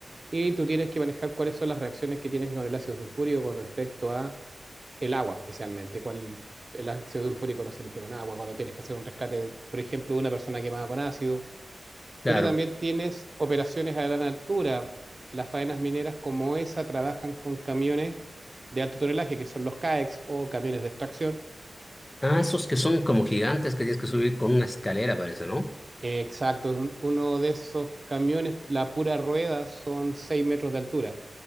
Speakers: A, on the right; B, on the left.
A: Y tú tienes que manejar cuáles son las reacciones que tienes con el ácido sulfúrico con respecto a el agua, especialmente, cuál el ácido sulfúrico no se limpia con agua, cuando tienes que hacer un rescate, por ejemplo, de una persona quemada con ácido,
B: claro.
A: pero también tienes operaciones a gran altura. Las faenas mineras como esa trabajan con camiones de alto tonelaje, que son los CAEX o camiones de extracción.
B: Ah, esos que son como gigantes que tienes que subir con una escalera, parece, ¿no?
A: Eh, Exacto, un- uno de esos camiones, la pura rueda, son 6 metros de altura.